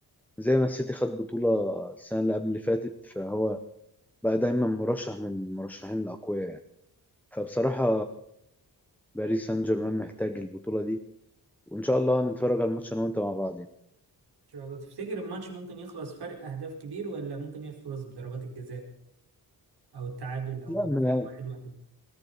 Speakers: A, in the centre; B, on the right.
A: زي ما السيتي خد بطولة السنة اللي قبل اللي فاتت فهو بقى دايما مرشح من المرشحين الاقوياء يعني فبصراحة باريس سان جيرمان محتاج البطولة دي وان شاء الله نتفرج على الماتش انا وانت مع بعض يعني.
B: إن شاء الله تفتكر الماتش ممكن يخلص فرق أهداف كبير ولا ممكن يخلص بضربات الجزاء أو التعادل أو
A: لا
B: فرق واحد واحد